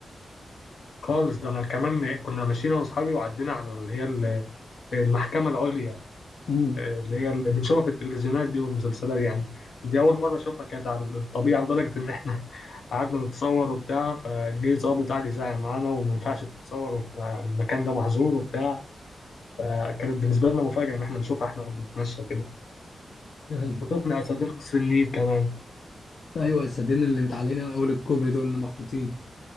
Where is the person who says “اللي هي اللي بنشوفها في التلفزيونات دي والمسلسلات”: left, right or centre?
Left